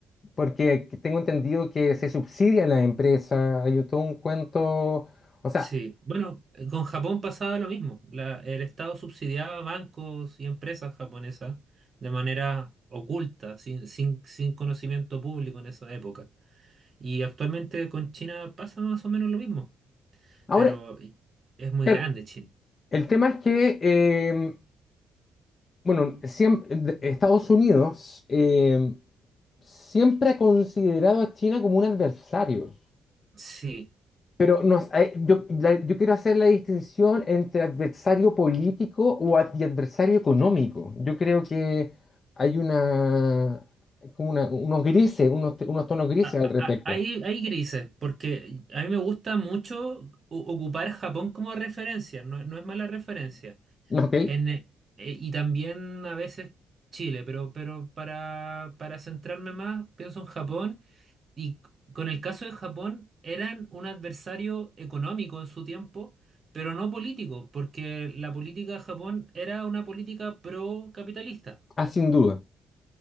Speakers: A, on the left; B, on the right.
A: Porque tengo entendido que se subsidia la empresa, hay todo un cuento. O sea,
B: Sí, bueno, eh, con Japón pasaba lo mismo. La- el Estado subsidiaba bancos y empresas japonesas de manera oculta, sin, sin, sin conocimiento público en esa época. Y actualmente con China pasa más o menos lo mismo,
A: ahora,
B: pero es muy
A: claro,
B: grande China.
A: el tema es que, eh, bueno, siempre, de- Estados Unidos eh, siempre ha considerado a China como un adversario.
B: Sí,
A: Pero nos, eh, yo, la- yo quiero hacer la distinción entre adversario político o ad- y adversario económico. Yo creo que hay una, como una- unos grises, unos, unos tonos grises
B: a-
A: al
B: a-
A: respecto.
B: a- hay, hay grises, porque a mí me gusta mucho o- ocupar Japón como referencia, no, no es mala referencia.
A: ¿no? ¿Ok?
B: En, eh, y también a veces Chile, pero, pero para, para centrarme más, pienso en Japón. Y c- con el caso de Japón, eran un adversario económico en su tiempo, pero no político, porque la política de Japón era una política pro-capitalista.
A: Ah, sin duda,